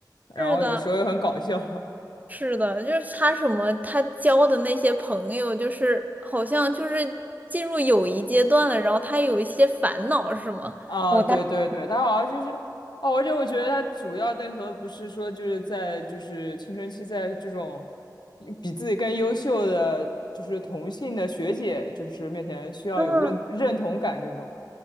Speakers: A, on the left; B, on the right.
A: 然后有时候又很搞笑。
B: 是的，是的，就是他什么，他交的那些朋友，就是好像就是进入友谊阶段了，然后他有一些烦恼，是吗？
A: 啊，
B: 我当
A: 对对对，
B: <laughs>
A: 他好像就是，哦，而且我觉得他主要内核不是说就是在就是青春期，在这种比自己更优秀的就是同性的学姐就是面前需要有认认同感这种。
B: 嗯，